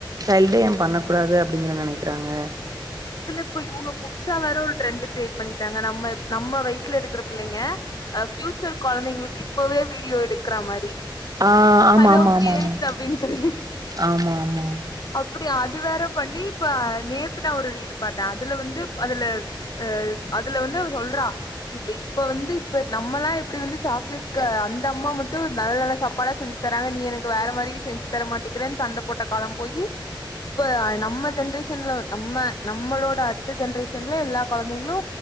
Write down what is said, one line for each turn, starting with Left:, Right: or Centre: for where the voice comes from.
Right: சைல்டே ஏன் பண்ண கூடாது அப்படிங்கிற நெனைக்கிறாங்க
Left: இதுல இப்ப இவங்க புதுசா வேற ஒரு ட்ரெண்டு் கிரியேட் பண்ணிட்டாங்க நம்ம நம்ம வயசுல இருக்கிற புள்ளங்க ஆ ஃபியூச்சர் கொழந்தைங்களுக்கு இப்பவே வீடியோ எடுக்கற மாரி
Right: ஆ ஆமா
Left: ஹலோ
Right: ஆமா ஆமா
Left: கிட்
Right: ஆமா
Left: அப்டின்னு சொல்லி
Right: ஆமா ஆமா
Left: அப்டி அது வேற பண்ணி இப்ப நேத்துனா ஒரு நரீல் பாத்த அதுல வந்து அதுல ம்ச் அதுல வந்து அவ சொல்றா இப்ப இப்ப வந்து இப்ப நம்மல்லா எப்படி வந்து சாக்லேட்டுக்கு அந்த அம்மா மட்டு நல்ல நல்ல சாப்பாடா செஞ்சு தராங்க நீ எனக்கு வேற மாரி செஞ்சு தர மாட்டேக்கிற சண்ட போட்ட காலம் போயி இப்ப நம்ம ஜென்ரேஷன்ல நம்ம நம்மளோட அடுத்த ஜென்ரேஷன்ல எல்லா கொழந்தைங்களு